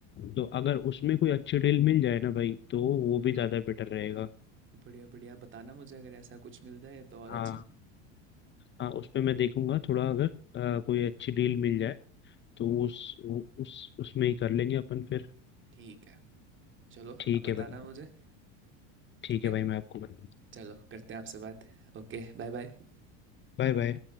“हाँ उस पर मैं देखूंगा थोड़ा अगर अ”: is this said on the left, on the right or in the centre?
Left